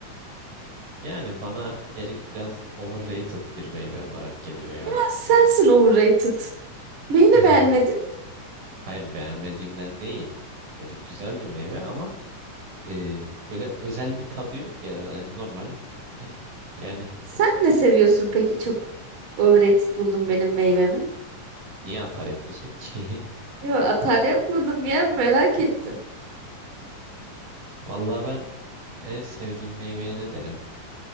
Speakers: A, on the right; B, on the right.
A: yani bana erik biraz overrated bir meyve olarak geliyor ya.
B: Ya sensin overrated. Neyini
A: <laughs>
B: beğenmedin?
A: Hayır beğenmediğimden değil. Erik güzel bir meyve ama e, böyle özel bir tadı yok ya. Yani normal eh, yani
B: Sen ne seviyorsun peki çok? Overrated buldum benim meyvemi.
A: niye atar yapıyorsun ki?
B: Yo atar yapmadım ya merak ettim.
A: <laughs> Vallahi ben en sevdiğim meyveye ne derim?